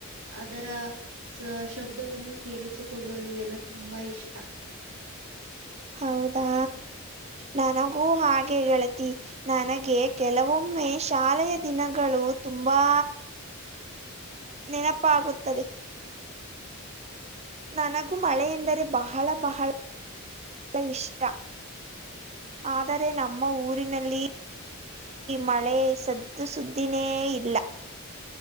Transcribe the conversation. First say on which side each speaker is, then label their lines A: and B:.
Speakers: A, on the right (about 75°); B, on the right (about 30°).
A: ಅದರ ಸ ಶಬ್ದವನ್ನು ಕೇಳಿಸಿಕೊಳ್ಳಲು ಎಲ್ಲ ತುಂಬಾ ಇಷ್ಟ.
B: ಹೌದಾ ನನಗೂ ಹಾಗೆ ಗೆಳತಿ ನನಗೆ ಕೆಲವೊಮ್ಮೆ ಶಾಲೆಯ ದಿನಗಳು ತುಂಬಾ ನೆನಪ ಆಗುತ್ತದೆ. ನನಗೂ ಮಳೆ ಎಂದರೆ ಬಹಳ ಬಹಳ ಇಷ್ಟ
A: <inaudible>
B: ಆದರೆ ನಮ್ಮ ಊರಿನಲ್ಲಿ ಮಳೆ ಸದ ಇದು ಸುದ್ದಿನೇ ಇಲ್ಲ.